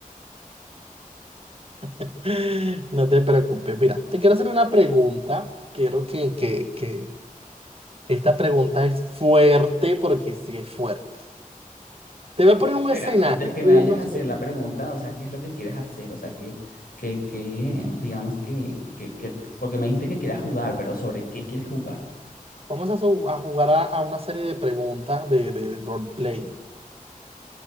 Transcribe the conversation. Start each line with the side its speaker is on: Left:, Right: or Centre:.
Right: <laughs> no te preocupes. Mira, te quiero hacer una pregunta. Quiero que, que, que esta pregunta es fuerte, porque sí es fuerte. Te voy a poner
Left: Espera,
Right: un escenario,
Left: antes que
Right: uno
Left: me vayas a hacer
Right: solo.
Left: la pregunta, o sea, ¿qué es lo que quieres hacer? O sea, que, que, que digamos que, que, que, porque me dijiste que quieras jugar, pero ¿sobre qué quieres jugar?
Right: Vamos a, su- a jugar a, a una serie de preguntas de, de roleplay.